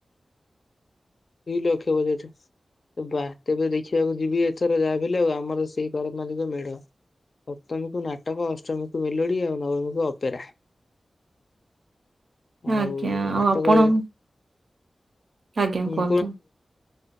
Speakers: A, on the left (about 55°); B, on the right (about 75°).
A: ଦୁଇ ଲକ୍ଷ ବଜେଟ୍। ବା ତେବେ ଦେଖିବାକୁ ଯିବି ଏଥର, ଯାହାବି ହେଲେ ଆଉ ଆମର ସେଇ କରନାଲିକ ମେଢ। ସପ୍ତମୀକୁୁ ନାଟକ, ଅଷ୍ଟମୀକୁୁ ମେଲୋଡି, ଆଉ ନବମୀକୁ ଅପେରା। ଆଉ
B: ଆଜ୍ଞା
A: ନାଟକରେ
B: ଆଉ ଆପଣ? ଆଜ୍ଞା
A: ହୁଁ
B: କୁହନ୍ତୁ।